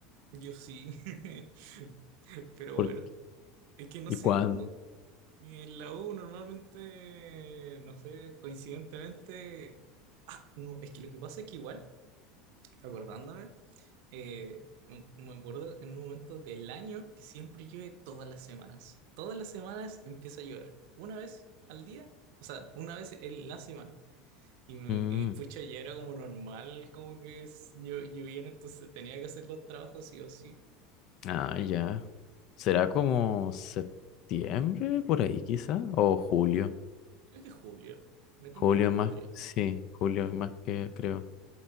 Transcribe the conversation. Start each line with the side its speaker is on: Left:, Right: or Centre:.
Right: yo sí. <laughs> Pero
Left: ¿Por
Right: bueno, es que no
Left: y
Right: sé,
Left: cuándo?
Right: como que en la U normalmente, no sé, coincidentemente. Ah, no, es que lo que pasa es que igual, acordándome, eh, me, me acuerdo en un momento del año que siempre llueve todas las semanas. Todas las semanas empieza a llover. Una vez al día, o sea, una vez en la semana. Y, me-
Left: Mm,
Right: y pucha, ya era como normal, como que es- llo- lloviera, entonces tenía que hacer los trabajos sí o sí.
Left: ah, ya. ¿Será como septiembre por ahí quizá? ¿O julio?
Right: Creo que julio. Me tinta
Left: Julio
Right: más
Left: es
Right: julio.
Left: más, sí, julio es más que creo.